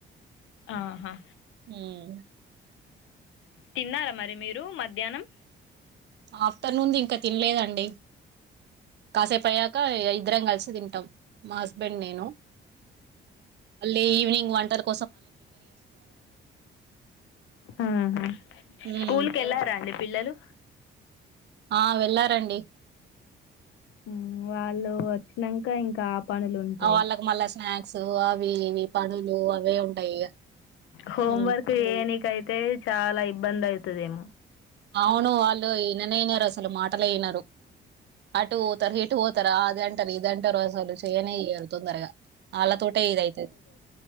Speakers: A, on the left; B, on the right.
A: ఆహా
B: ఉమ్
A: తిన్నారా మరి మీరు మధ్యాహ్నం
B: ఆఫ్టర్నూన్ ది ఇంకా తినలేదండి కాసేపు అయ్యాక ఇద్దరం కలిసి తింటాం మా హస్బెండ్ నేను అళ్ ఈవినింగ్ వంటలు
A: ఉహుమ్
B: ఉమ్,
A: స్కూల్ కి వెళ్లారా అండి పిల్లలు
B: ఆ వెళ్లారండి
A: ఉమ్ వాళ్ళు వచ్చినాక ఇంకా పనులుంటాయి
B: ఆ వాళ్ళకి మళ్ళా స్నాక్స్ అవి ఇవి పనులు అవే ఉంటాయి ఇక
A: హోం
B: ఉమ్,
A: వర్క్ చేయనిక అయితే చాలా ఇబ్బంది అవుతు వస్తదేమో
B: అవును వాళ్ళు ఈననే యినారు అసలు మాటలే యినారు అటు పోతారు ఇటు పోతారు అది అంటారు ఇది అంటారు అసలు చేయనే ఇయ్యరు తొందరగా వాళ్ళతోటే ఇదైతది